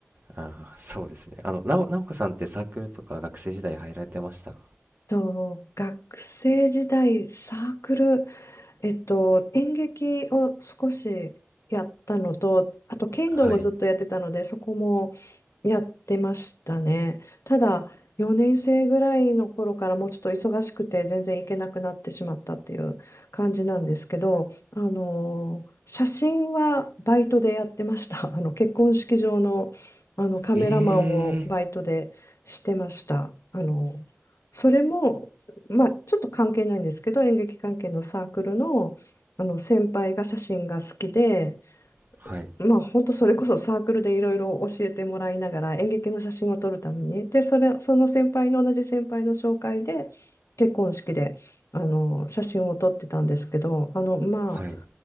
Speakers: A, on the right; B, on the left.
A: ああ、そうですね。あの、なお、なおこさんってサークルとか学生時代入られてましたか
B: と、学生時代、サークル、えっと、演劇を少しやったのと、あと剣道をずっとやってたので、
A: はい。
B: そこもやってましたね。ただ、4年生ぐらいの頃からもうちょっと忙しくて全然行けなくなってしまったっていう感じなんですけど、あの、写真はバイトでやってました。<laughs> あの、結婚式場の、あのカメラマンをバイトでしてました。
A: ええ
B: あの、それもまあ、ちょっと関係ないんですけど、演劇関係のサークルの、あの先輩が写真が好きで、
A: はい、
B: まあ、本当それこそサークルでいろいろ教えてもらいながら演劇の写真を撮るために、で、それ、その先輩の同じ先輩の紹介で結婚式であの写真を撮ってたんですけど、あの、ま
A: はい。